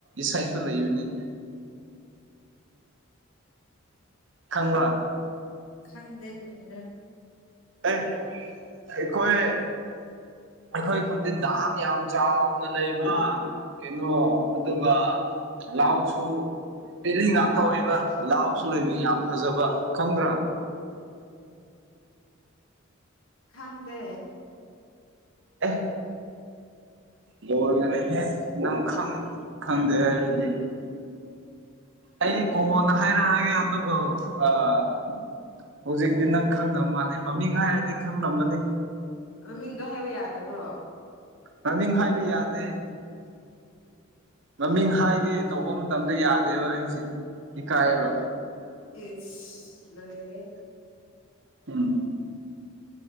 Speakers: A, on the right; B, on the left.
A: ꯏꯁꯩꯁꯨ ꯂꯩꯕꯅꯤ꯫ ꯈꯪꯕ꯭ꯔꯥ
B: ꯈꯪꯗꯦ ꯀꯔꯤꯔ꯫
A: ꯑꯦ ꯑꯩꯈꯣꯏ ꯑꯩꯈꯣꯏ ꯈꯨꯟꯗꯤ ꯗꯥꯝ ꯌꯥꯝ ꯆꯥꯎꯅ ꯂꯩꯕ ꯀꯩꯅꯣ ꯑꯗꯨꯒ ꯂꯥꯎꯁꯨ꯫ ꯄꯦꯂꯤ ꯉꯥꯛꯇ ꯑꯣꯏꯕ ꯂꯥꯎꯁꯨ ꯂꯩꯕ ꯌꯥꯝ ꯐꯖꯕ ꯈꯪꯗ꯭ꯔꯥ꯫
B: ꯈꯪꯗꯦ
A: ꯑ‌ꯦ꯫ ꯂꯣꯏꯔꯦꯍꯦ ꯅꯪ ꯈꯪ ꯈꯡꯗꯦ ꯍꯥꯏꯔꯗꯤ꯫ ꯑꯩ ꯀꯣꯟꯅ ꯍꯥꯏꯔꯛꯑꯒꯦ ꯑꯗꯨꯒ ꯑꯥ꯫ ꯍꯧꯖꯤꯛꯇꯤ ꯅꯪ ꯈꯪꯗꯕ ꯃꯥꯜꯂꯦ ꯃꯃꯤꯡ ꯍꯥꯏꯔꯗꯤ ꯈꯪꯂꯝꯃꯅꯤ
B: ꯃꯃꯤꯡꯗꫭ ꯍꯥꯏꯕ ꯌꯥꯗꯕ꯭ꯔꯣ꯫
A: ꯃꯃꯤꯡ ꯍꯥꯏꯕ ꯌꯥꯗꯦ ꯃꯃꯤꯡ ꯍꯥꯏꯒꯦ ꯇꯧꯕ ꯃꯇꯝꯗ ꯌꯥꯗꯦꯕ ꯑꯩꯁꯦ ꯏꯀꯥꯏꯌꯦꯕ
B: ꯏꯁ ꯂꯣꯏꯔꯦ
A: ꯎꯝ